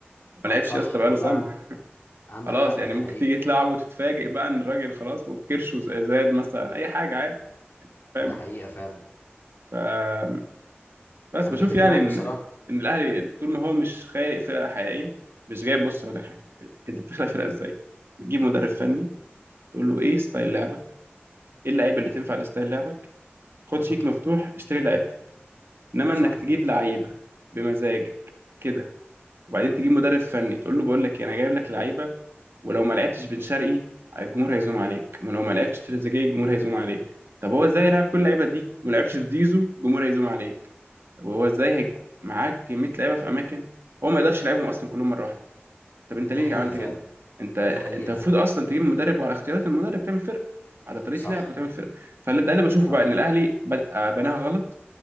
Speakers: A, on the right; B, on the left.
A: ما
B: آه،
A: لعبش
B: صح
A: يا اسطى بقاله
B: والله
A: سنه
B: عندك
A: خلاص
B: حق
A: يعني
B: دي
A: ممكن
B: حقيقة
A: تيجي تلعب وتتفاجئ بقى ان الراجل خلاص كرشه زاد مثلا اي حاجه عادي فاهم
B: دي حقيقة
A: بقى
B: فعلا
A: ف بس
B: أنا
A: بشوف
B: متفق
A: يعني
B: معاك
A: ان
B: بصراحة
A: ان الاهلي طول ما هو مش خالق فرقه حقيقيه مش جايب بص هقول لك حاجه انت بتخلق فرقه ازاي؟ بتجيب مدرب فني تقول له ايه ستايل لعبك؟ ايه اللعيبه اللي تنفع لستايل لعبك؟ خد
B: صح
A: شيك مفتوح اشتري لعيبه انما
B: صح
A: انك تجيب
B: جدا
A: لعيبه بمزاجك كده وبعدين تجيب مدرب فني تقول له بقول لك إيه، انا جايب لك لعيبه ولو ما لعبتش بن شرقي الجمهور هيزوم عليك ولو ما لعبتش تريزيجيه الجمهور هيزوم عليك طب هو ازاي يلعب كل اللعيبه دي وما لعبش زيزو الجمهور هيزوم عليك طب هو ازاي هيك معاك كميه لعيبه في اماكن هو ما يقدرش يلعبهم اصلا كلهم مره واحده طب انت
B: دي
A: ليه
B: حقيقة
A: عملت
B: فعلا
A: كده انت
B: دي حقيقة
A: انت المفروض
B: فعلا
A: اصلا تجيب مدرب وعلى اختيارات المدرب تعمل فرق على طريقه
B: صح
A: لعب وتعمل فرق فده اللي بشوفه
B: صح
A: بقى ان الاهلي بدأ بناها غلط